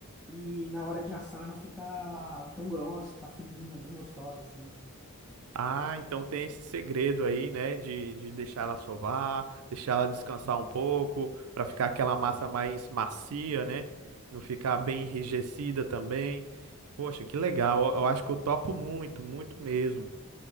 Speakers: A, in the centre; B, on the right (about 70°).
A: e na hora de assar não ficar tão grossa, ficar fininha, bem gostosa assim.
B: Ah, então tem esse segredo aí, né, de, de deixar ela sovar, deixar ela descansar um pouco, para ficar aquela massa mais macia, né? Não ficar bem enrijecida também. Poxa, que legal. Eu, eu acho que eu topo muito, muito mesmo.